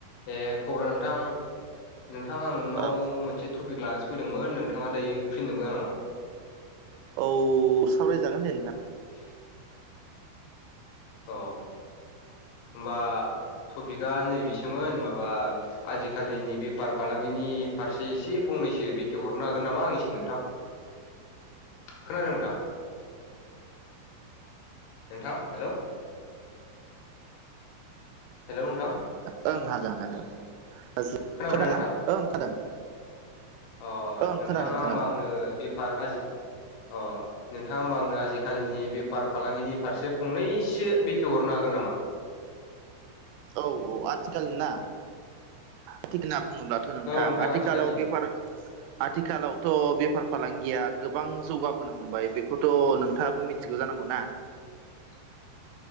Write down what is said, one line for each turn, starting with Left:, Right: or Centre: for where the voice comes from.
Left: ए खबरा नोंथां नोंथां आं नोंनाव
Right: ओं
Left: मोनसे टपिक लानोसो फैदोंमोन नोंथाङा दायो फ्रिनो नंगौना नङा।
Right: औ सावरायजागोन दे नोंथां।
Left: <inaudible> अ होनबा टपिकआ नैबेसोमोन माबा आजिखालिनि बेफार फालांगिनि फारसे एसे फंनैसो बेखेव हरनो हागोन नामा आं एसे नोंथां खोनादों नोंथां। नोंथां हेलौ। हेल' नोंथां।
Right: ओं हागोन हागोन
Left: खोनाबाय
Right: खादोंना
Left: दा नोंथां
Right: ओं खोनादों।
Left: अ
Right: ओं
Left: नोंथाङा
Right: खोनादों
Left: होमबा
Right: खोनादों
Left: आंनो बेफार आजि अ नोंथाङ होमबा आंनो आजिखालिनि बेफार फालांगिनि फारसे फंनैसो बेखेवहरनो हागोन नामा।
Right: औ औ आथिखालनि ना। आथिखालाव बुङोब्लाथ' नोंथां
Left: औ
Right: आथिखालाव
Left: आथिखालनि
Right: बेफार
Left: <inaudible>
Right: आथिखालावथ' बेफार फालांगिया गोबां जौगाबोनो हमबाय बेखौथ' नोंथाङाबो मिथि मिथिगौ जानांगौ ना।
Left: <inaudible>